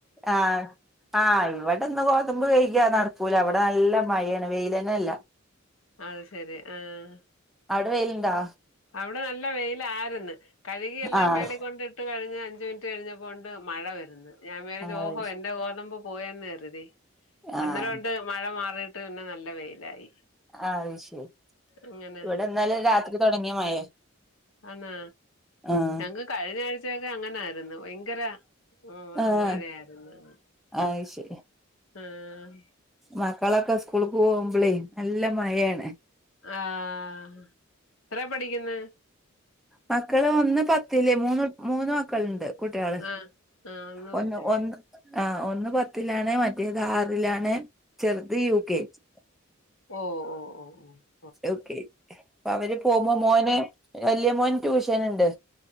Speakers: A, in the centre; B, on the left.
A: ആഹ് ആഹ് ഇവിടെന്ന് ഗോതമ്പ് കഴിക്കാന്ന് നടക്കൂല ഇവിടെ നല്ല മയയാണ് വെയില്തന്നെ ഇല്ല
B: അത് ശരി ആഹ്
A: അവിടെ വെയിലുണ്ടോ
B: അവിടെ നല്ല വെയിലാരുന്ന് കഴുകിയെല്ലാം
A: ആഹ്
B: മേളികൊണ്ട് ഇട്ട് ട്ട് കഴിഞ് അഞ്ച് മിനിറ്റ് കഴിഞ്ഞപ്പോയുണ്ട് മഴ വരുന്നു ഞാൻ വിചാരിച്ചു
A: ആഹ്
B: ഓഹോ- എന്റെ ഗോതമ്പും- പോയെന്ന് കരുതി
A: ആഹ്
B: അന്നേരയൊണ്ട് മഴ മാറീയിട്ട് പിന്നെ നല്ല വെയിലായി
A: അത് ശരി
B: അങ്ങനെ
A: ഇവിടെ ഇന്നലെ രാത്രി തൊടങ്ങിയ മഴയാ
B: ആനോ
A: ആഹ്
B: ഞങ്ങക്ക് കഴിഞ്ഞ ആഴ്ചൊക്കെ അങ്ങനായിരു - ന്ന് ഭയങ്കര ഉം
A: ആഹ്
B: മഴയാരുന്നു
A: അത് ശരി
B: ആഹ്
A: മക്കളൊക്കെ സ്കൂൾക്ക് പോവുപ്ലാലെ നല്ല മയയാണ്
B: ആഹ് എത്ര പഠിക്ക്ന്ന്
A: മക്കള് ഒന്ന് പത്തില് മൂന്ന് മൂന്ന് മക്കളുണ്ട് കുട്ടികള്
B: ആഹ് ആഹ്
A: ഒന്ന്
B: പത്തില്
A: ഒന്ന് ആ ഒന്ന് പത്തിലാണ് മറ്റേത് ആറിലാണ് ചെറ്ത് യു കെ ജി
B: ഓഹ് ഓഹ് ഓ ഹ് ഓഹ്
A: യൂ കെ ജി അവര് പോമ്പോ മോന് വല്ല്യ മോന് ട്യൂഷൻ ഒണ്ട്